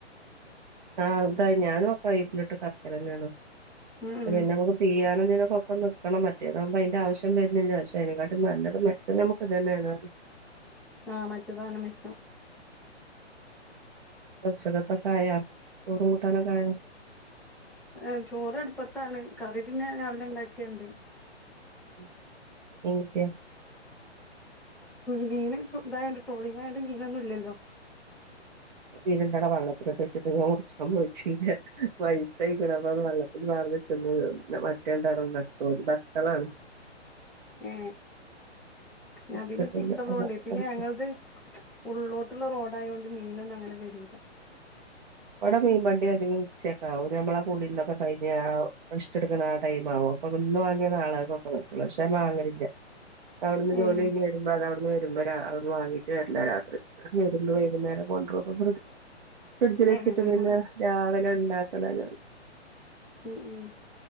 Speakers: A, on the right; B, in the centre.
A: ആഹ് ഇന്താ ഞാനും ഒക്കെ അയിലിട്ട് കർക്കലന്നെയാണ്
B: മ്മ്
A: പിന്നെ നമുക്ക് പിയാനക്കൊപ്പം നിക്കണം മറ്റേതാവുമ്പോ അതിന്റെ ആവശ്യം വരുന്നില്ല പക്ഷെ അതിനക്കാട്ട നല്ലത് ശെ നമക്ക് ഇതന്നെയാണ്
B: ആഹ് മറ്റേതാണ് മെച്ചം
A: ഉച്ചക്കത്തകായാ ചോരും കൂട്ടാനക്കായ
B: ഏ ചോറ് അടുപ്പത്താണ് കറി പിന്നെ രാവിലെ ഉണ്ടാക്കിയണ്ട്
A: ഉം <unintelligible>
B: മീൻ ഇതായണ്ട് ടൊളിങ് അയാധൊണ്ട് മീനൊന്നും ഇല്ലല്ലോ
A: മീൻന്റെടെ വള്ളത്തില ഇട്ട് വെച്ചിട്ട് ഞൻമുറിച്ച പോയിട്ടില്ല വൈസായി അപ്പൊ അതു വെള്ളത്തിൽ പാർനെച്ചെന്ന് മറ്റേത്ണ്ട് നന്തോലി <unintelligible>
B: ഏ ഞാൻ
A: മുറിച്ചിട്ടില്ല
B: പിന്നെ ചിക്കള്ളോണ്ട് പിന്നെ ഞങ്ങത് ഉള്ളിലോട്ടുള്ള റോഡ ആയത് കൊണ്ട് മീനൊന്നും അങ്ങനെ വരൂല്ല
A: വിടെ മീൻപണ്ടി വർണഗി ഉച്ചയൊക്കെ ആവും ഞമ്മളെ കുളിന്നൊക്കെ കഴിഞ്ഞ കഷ്ടെടുക്കുന്ന ആടൈമാവും അപ്പൊ ഇന്ന് വാങ്ങിയ നാളക്കൊക്കെ പറ്റുള്ളൂ പക്ഷെ വാങ്ങലില്ല അവിടുന്ന്
B: ഏഹ്
A: ജോലി കയിഞ്ഞു വരുമ്പോ അത അവിടുന്ന് വരുമ്പോ അന്ന് വാങ്ങീട്ട് വരില്ല രാത്രി വരുമ്പോ വൈകുന്നേരം കൊണ്ടുറും അപ്പൊ ഫ്രിഡ്ജ് ഫ്രിഡ്ജിൽ വെച്ചിട്ട്
B: ഏഹ് അങ്ങനെ
A: പിന്നെ രാവിലെ ഇണ്ടാക്കല ഞൻ
B: ഉം ഉം